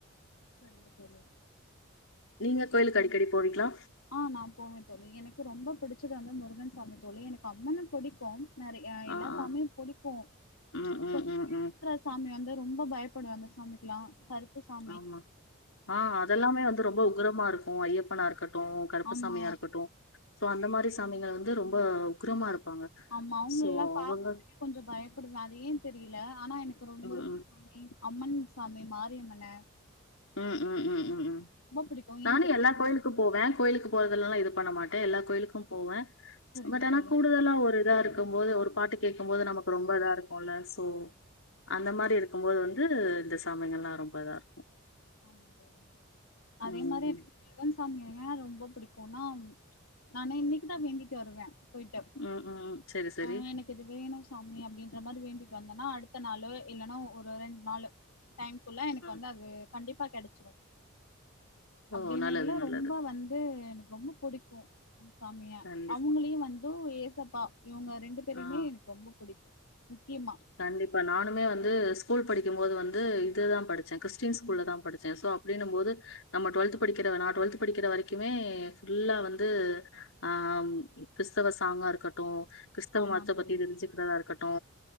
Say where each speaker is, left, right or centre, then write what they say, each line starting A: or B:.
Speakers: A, on the left; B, on the left.
A: சரிங்க தோழி
B: நீங்க
A: தோழி
B: கோயிலுக்கு அடிக்கடி போவீங்லா
A: ஆ நா போவே தோழி எனக்கு ரொம்ப புடிச்சது வந்து முருகன்சாமி தோழி எனக்கு அம்மனு புடிக்கும் நறைய
B: ஆ
A: எல்லா
B: ஆ
A: சாமியு புடிக்கூ
B: ம் ம்
A: கொஞ்இருக்ற
B: ம் ம்
A: சாமி வந்து ரொம்ப பயப் புடுவ அந்த சாமிக்லா கருப்பு சாமி
B: ஆமா ஆ அதெல்லாமே வந்து ரொம்ப உக்ரமாருக்கூ ஐயப்பனாருக் ருக்கட்டு கருப்பு
A: ஆமா
B: சாமியாருக்கட்டு ஸோ அந்த மாரி சாமிங்க வந்து ரொம்ப உக்ரமாருப் பாங்க
A: ஆமா அவங்களல்லா
B: சோ
A: பாக்கும்போதே
B: அவங்க
A: கொஞ்ச பயப்புடுவ அது ஏன் தெரியில ஆனா எனக்கு ரொம்ப
B: ம்
A: முருகன் சாமி அம்மன் சா சாமி மாரியம்மன
B: ம் ம் ம் ம் ம்
A: ரொம்ப பிடிக்கு
B: நானு
A: ஏ தெரி
B: எல்லாக்கோயிலுக்கு ப்போ போவ கோய்லுக்கு போறதுலல்லா இது பண்ண மாட்டே எல்லாக்கோய்லுக்கூ போவ
A: சரிங்க
B: பட் ஆனா
A: தோழி
B: கூடுதலா ஒரு இதா இருக்கும்போது ஒரு பாட்டு கேக்கும்போது நமக்கு ரொம்ப இதா இருக்கூ ல சோ அந்த
A: ஆமா
B: மாரி இருக்கும்போது
A: தோ
B: வந் து இந்த சாமிங்கலா ரொம்ப இதார்க்கூ
A: ஆமா தோழி அதே
B: ம்
A: மாரி எனக்கு முருகன்சாமிய ஏன் ரொம்ப புடிக் குனா நானு இன்னக்கி தா வேண்டிட்டு வருவே போய்ட்டு
B: ம் ம் ம் சரி சரி
A: ஆஹ் எனக்கு இது வேணு சாமி அப்டின்ற மாரி வேண்டி வந்தன்னா அடுத்த நாளே இல்லன்னா ஒரு ரெண் நாலு டைம்குள்ள எனக்கு
B: ம்
A: வந்து அது கண்டிப்பா கெடச்சுரும்
B: ஓ
A: அப்டினில்ல
B: நல்லது நல்லது
A: ரொம்ப வந்து ரொம்ப பிடிக்கும் சாமிய
B: கண்டிப்பா
A: அவுங்களையும் வந்து ஏசப்பா இவங்க ரெண்டு பேரயுமே
B: ஆ
A: எனக்கு ரொம்ப புடிக்கு முக்கியமா
B: கண்டிப்பா நானுமே வந்து ஸ்கூல் படிக் குபோது வந்து இதுதான் படிச்சே கிறிஸ்டின் ஃஸ்கூல தான் படிச்சே ஸோ அப்டின்னு போது நம்ம டுவெ்த் படிக்கிறத நா டுவெல்த்படிக்கிற வரக்குமே ஃபுல்லா வந்து ஆம் கிறிஸ்தவ ஸ் பாங்காருக்கட்டு கிறிஸ்தவ
A: ஆமா
B: மதத்த
A: தோழி
B: பத்தி தெரிஞ்சுக்றதாருக்கட்டு